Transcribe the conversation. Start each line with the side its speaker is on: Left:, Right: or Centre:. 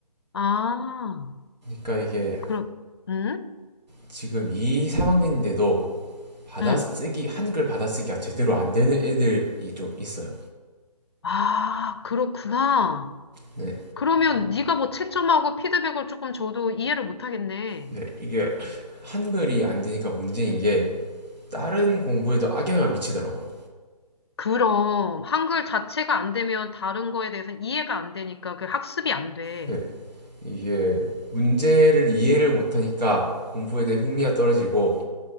Left: 아.
Right: 그러니까 이게
Left: 그럼, 응?
Right: 지금 2, 3학년인데도 받아쓰기
Left: 응.
Right: 한글 받아쓰기가 제대로 안 되는 애들이 좀 있어요.
Left: 아, 그렇구나.
Right: 네,
Left: 그러면 네가 뭐 채점하고 피드백을 조금 줘도 이해를 못 하겠네.
Right: 네 이게 한글이 안 되니까 문제인 게 다른 공부에도 악영향을 미치더라고요.
Left: 그럼 한글 자체가 안 되면 다른 거에 대해서 이해가 안 되니까 그 학습이 안 돼.
Right: 네, 이게 문제를 이해를 못하니까 공부에 대해 흥미가 떨어지고